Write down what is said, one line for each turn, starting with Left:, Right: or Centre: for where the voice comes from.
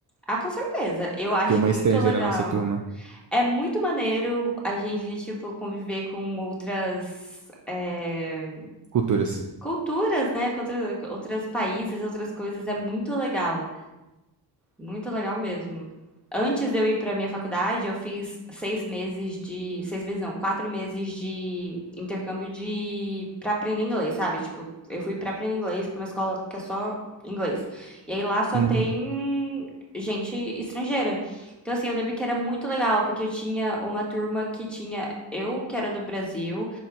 Centre: Ah, com certeza. Eu acho
Right: Ter uma
Centre: muito
Right: estrangeira
Centre: legal.
Right: na nossa turma.
Centre: É muito maneiro a gente, tipo, conviver com outras é,
Right: Culturas.
Centre: culturas, né? Com outra- outros países, outras coisas. É muito legal. Muito legal mesmo. Antes de eu ir para minha faculdade, eu fiz seis meses de, seis meses não, quatro meses de intercâmbio de para aprender inglês, sabe? Tipo, eu fui para aprender inglês para uma escola que é só inglês. E aí lá só
Right: Uhum.
Centre: tem gente estrangeira. Então assim, eu lembro que era muito legal porque eu tinha uma turma que tinha eu que era do Brasil,